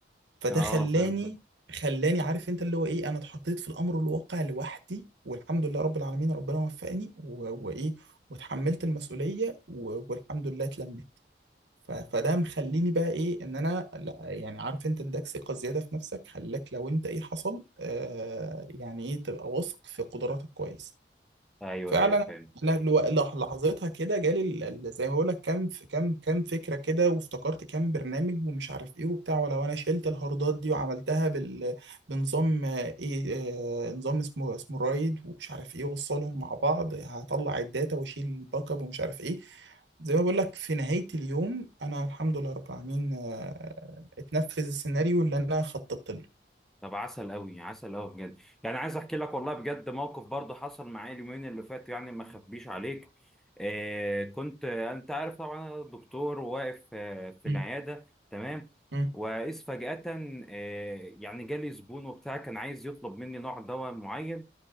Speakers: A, on the right; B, in the centre.
A: فده
B: اه
A: خلاني
B: فهمتك
A: خلاني عارف انت اللي هو ايه انا اتحطيت في الامر الواقع لوحدي والحمد لله رب العالمين ربنا وفقني و- وايه وتحملت المسؤولية و- والحمد لله اتلمت ف- فده مخليني بقى ايه ان انا لا يعني عارف انت اداك ثقة زيادة في نفسك خلاك لو انت ايه حصل آه يعني ايه تبقى واثق في قدراتك كويس
B: ايوه
A: فعلا
B: ايوه فهمت
A: انا لو- لح- لحظتها كده جالي ال- ال- زي ما بقول لك كام ف- كام كام فكره كده وافتكرت كام برنامج ومش عارف ايه وبتاع ولو انا شلت الهاردات دي وعملتها بال بنظام آه، ايه آه، نظام اسمه اسمه رايد ومش عارف ايه وصلهم مع بعض هطلع الداتا واشيل الباك اب ومش عارف ايه زي ما بقول لك في نهايه اليوم انا الحمد لله رب العالمين آه، اتنفذ السيناريو اللي انا خططت له
B: طب عسل قوي عسل قوي بجد يعني عايز احكي لك والله بجد موقف برضه حصل معايا اليومين اللي فاتوا يعني ما اخبيش عليك آه كنت آه، انت عارف طبعا انا دكتور واقف آه في
A: م-
B: العياده تمام
A: م-
B: واذ فجاه آه يعني جالي زبون وبتاع كان عايز يطلب مني نوع دواء معين